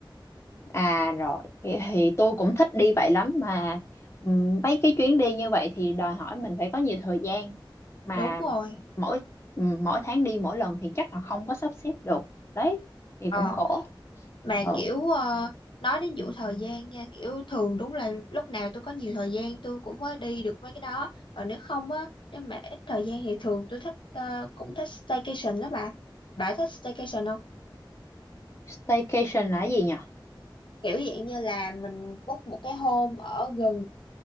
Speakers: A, on the left; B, on the left.
A: À rồi, thì, thì tôi cũng thích đi vậy lắm mà ừm, mấy cái chuyến đi như vậy thì đòi hỏi mình phải có nhiều thời gian mà
B: đúng rồi
A: mỗi ừm, mỗi tháng đi mỗi lần thì chắc là không có sắp xếp được. Đấy, thì
B: ờ
A: cũng khổ.
B: mà
A: Ừ,
B: kiểu ờ, nói đến vụ thời gian nha kiểu thường đúng là lúc nào tôi có nhiều thời gian tôi cũng mới đi được mấy cái đó còn nếu không á nếu mà ít thời gian thì thường tôi thích ờ, cũng thích staycation đó bà bà thích staycation không
A: staycation là cái gì nhỉ?
B: kiểu dạng như là mình book một cái hôm ở gần